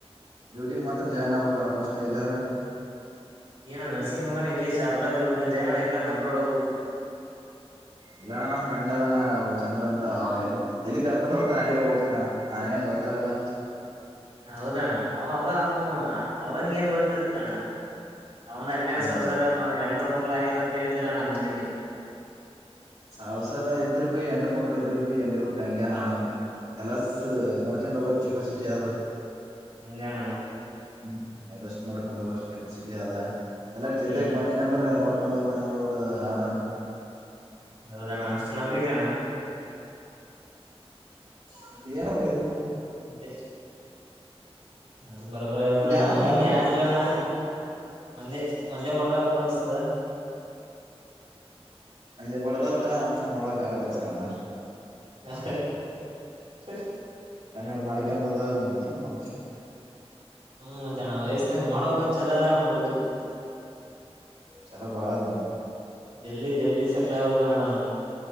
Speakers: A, on the right; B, on the right.
A: ಡ್ಯೂಟಿ ಮಾತ್ರ ಜಾಯ್ನ್ ಆಗ್ಬೇಕಕ್ಣಪ್ಪ ಅಷ್ಟೆ ಎಲ್ಲರ
B: ಇಏನ ನರಸಿಂ್ ಮೋಗ ಇಲಿ ಶ ಅಬ್ರಬೇಕ ಜ ಇ ಅಬ್ರೋಡ್ ಹೋಗಬು
A: ಇಲ್ಲ ಅಣ್ಣ ನಮ ಫ್ರಂಡ್ ಅದಾನ ಚಂದ್ರ ಅಂತ ಎಲ್ಲಿ ಎಲ್ಲಿ ಕರ್ಕೊಂಡ್ ಹೋಗ್ತಾನ ಅಲ್ಲಿಗೆ ಹೋಗ್ತರ ಅಣ್ಣ ನಾನ್ಗೇನ್ ಗೊತ್ತಾಗಲ್ಲ
B: ಹೌದಣ ಅವ ಅವಬ್ ಅವನ್ಗ ನ್ ಗೊತ್ತಿರುತ್ತಣ ಅವ ಒಂದ್ನ್ನೆರಡು
A: ಎಲ್ಲ
B: ಸಾವಸರ ಎರರು ಮಕ್ಕಳಗ್ಯರ ಅಂತ ಹೇಳಿದ್ದಿಲ್ಲ ನಾ್ ಮಿನ
A: ಸಾವಸರ ಇದ್ರ ಭ ಎಂಡರು ಮಕ್ಳು ಇದ್ರ ಭ ಹೆಂಗಿರ್ಬೇಕು ಹಂಗ್ಯನ ಕೆಲಸ್ ನೋಡ್ಕನ್ ಬರ್ಬ ಕೆಪಾಸಿಟಿ ಅ್
B: ಹಂಗಣ
A: ಹ್ಮ್ ಎಲ್ಲಷ್ಟು ನೋಡ್ಕೊಂಡ ಬೋಗ ಅಷ್ಟ್ ಕೆಪಾಸಿಟಿ ಅದ ಎಲ್ಲಾರ ಜೊತೆಗ್
B: ಹ್ಮ್ ಹ್ಮ್
A: ಬಂದಿ ಅಂದ್ರ ನೋಡ್ ೊಂಡೋಗತಾನಂಬುದು ಆದ
B: ಹೌದ ಣ ಅಷ್ಟ್ ನಂಬಿಕೆ ಅಣ
A: ತ್ತ ಯಾರ ರೀ <unintelligible> ಹ <inaudible>
B: <unintelligible> ಮತ್ತೆ ಅದು <unintelligible> ಬರಬರ ಯಾರ ಪಡಣ್ಣ
A: ಇಲ್ಲಿ ಯಾವ್ದಕ್
B: ಅವನಿಂಗ್
A: ಆಲ್ರೆಡಿ
B: ಯಾರ್ ಇಲ್ಲಣ್ಣ ಒಂದೆ ಒಂದೇ ಪಡದಡತ ಅನ್ನ್ತದ
A: <unintelligible> ಬಡದತನ ನಮ್ ನೋಡಕ್ ಆಗಲ್ಲ ಇತನರ್
B: ಹಾ <inaudible>
A: ಕನ್ನಡ್ ಮಾಡ್ಕಬಿಡೋದ ಮತ್ತೆ ಏನ್ ಮಾಡ್ತ <inaudible>
B: ಹ್ಮ ಮತ್ತೆ ಹಣ ವಯಸ್ಸನಾಗ ಮಾಡ್ಬಂತ ಛಲ ಆದಾ ಅಣ್ಣ ಹುಡುಗ
A: ಚಲ ಬಾಳದಾಮ
B: ಜಲ್ದಿ ಜಲ್ದಿ ಸೆಟ್ಲ್ ಆಗಬೇಕನ್ನ ಒಂದತ್ತೆ